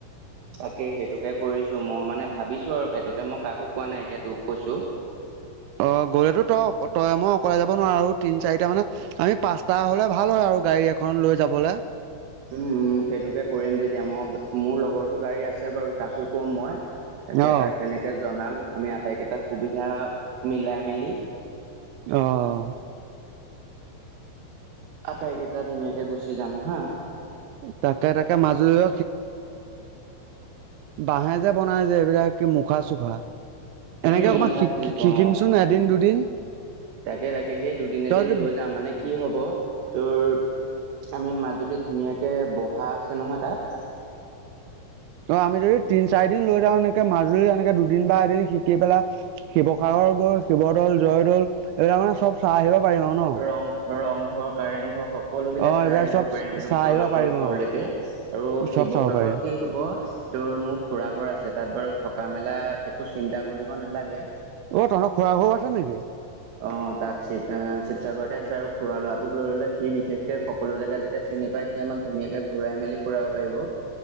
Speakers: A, on the right; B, on the right.
A: তাকে, সেইটোকে কৰিছোঁ, মই মানে ভাবিছোঁ আৰু পেটতে মই কাকো কোৱা নাই এতিয়া তোক কৈছোঁ।
B: অ', গ'লে তো তই-তই মই অকলে যাব নোৱাৰো, তিন চাৰিটা মানে আমি পাঁচটা হ'লে ভাল হয় আউ। আৰু গাড়ী এখন লৈ যাবলে।
A: উম, উম, সেইটোকে কৰিম যেতিয়া মই মোৰ লগৰটো গাড়ী আছে বাৰু তাকো কম মই। তাকে
B: অ
A: তাক তেনেকে জনাম আমি আটাইকেইটা সুবিধা, মিলাই মেলি।
B: অ',
A: আটাইকেইটা ধুনীয়াকে গুচি যাম, হা?
B: তাকে তাকে মাজুলীত বাঁহেৰে যে বনাই যে এইবিলাক কি মুখা চুখা।
A: উম
B: এনেকে অকমন
A: মুখা
B: শি-শিকিম
A: শিল্প অ
B: চোন এদিন দুদিন।
A: তাকে তাকে সেই দুদিনে
B: তই
A: এদিন
B: যদি
A: লৈ যাম মানে কি হ'ব, তোৰ আমি মাজুলীত ধুনীয়াকে বহা আছে ন' তাত?
B: অ আমি যদি তিন চাৰি দিন লৈ যাওঁ এনেকে মাজুলী এনেকে দুদিন বা এদিন শিকি পেলাই, শিৱসাগৰ গৈ শিৱদৌল, জয়দৌল এইবিলাক মানে চব চাই আহিব পাৰিম আৰু ন'।
A: ৰং ৰংঘৰ অ', কাৰেংঘৰ। সকলো বিলাক
B: অ
A: চাই
B: এইবিলাক
A: আহিব
B: চব
A: পাৰিম একদম
B: চাই
A: তলাতল
B: আহিব পাৰিম
A: ঘৰলৈকে,
B: অ
A: আৰু
B: চব
A: শিৱসাগৰত
B: চাব পাৰিম।
A: কি হ'ব তোৰ মোৰ খুৰা ঘৰ আছে তাত বাৰু থকা মেলা একো চিন্তা কৰিব নালাগে।
B: অ', তহতৰ খুৰাৰ ঘৰ আছে নেকি?
A: অ', তাত শিৱ-শিৱসাগৰতে আছে আৰু খুৰা ল'ৰাটোক লৈ আহিলে সি বিশেষকে সকলো জেগা যেতিয়া চিনি পা পাই সি আমাক ধুনীয়াকে ঘুৰাই মেলি ফুৰাব পাৰিব।